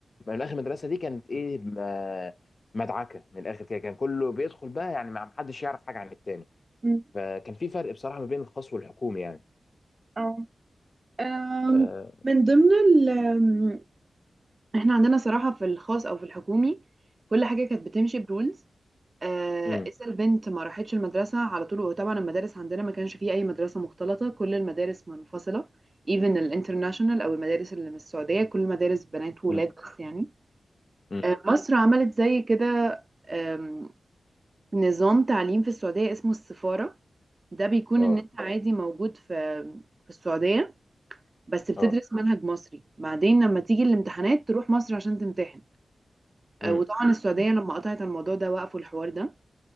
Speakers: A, on the left; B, on the right.
A: من الاخر المدرسه دي كانت ايه ما- مدعكه من الاخر كده كان كله بيدخل بقى يعني ما حدش يعرف حاجه عن التاني
B: مم.
A: فكان في فرق بصراحه ما بين الخاص والحكومي يعني
B: آه. آم،
A: آه،
B: من ضمن ال آم، احنا عندنا صراحة في الخاص او في الحكومي كل حاجة كانت بتمشي برولز آه،
A: امم
B: إذا البنت ما راحتش المدرسة على طول وهو طبعا المدارس عندنا ما كانش فيه أي مدرسة مختلطة كل المدارس منفصلة even الانترناشونال أو المدارس اللي من السعودية كل مدارس بنات وولاد
A: امم
B: بس يعني
A: امم
B: آه، مصر عملت زي كده آم، نظام تعليم في السعودية اسمه السفارة ده بيكون
A: اه
B: إن أنت عادي موجود في في السعودية بس بتدرس
A: اه
B: منهج مصري بعدين لما تيجي الامتحانات تروح مصر عشان تمتحن آه،
A: امم
B: وطبعا السعودية
A: امم
B: لما قطعت الموضوع ده وقفوا الحوار ده